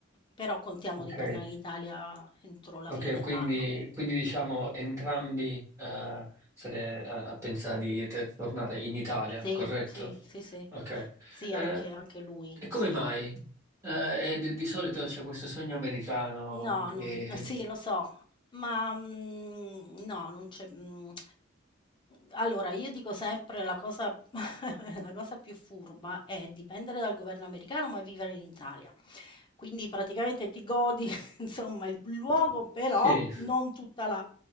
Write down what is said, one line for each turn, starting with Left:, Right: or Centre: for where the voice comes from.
Left: Però contiamo
Right: Ok,
Left: di tornare in Italia entro la
Right: ok,
Left: fine dell'anno.
Right: quindi, quindi diciamo entrambi eh, state eh, a pensare di te- tornare in Italia,
Left: Sì,
Right: corretto?
Left: sì, sì, sì.
Right: Ok.
Left: Sì,
Right: Eh,
Left: anche anche lui,
Right: e come
Left: sì.
Right: mai? Eh, e di, di solito c'è questo sogno americano
Left: No,
Right: che...
Left: non sì lo so, ma, mhmm, no, non c'è mhmm, allora io dico sempre la cosa <laughs> la cosa più furba è dipendere dal governo americano, ma vivere in Italia. Quindi praticamente ti godi <laughs> insomma il luogo, però
Right: Sì,
Left: non tutta la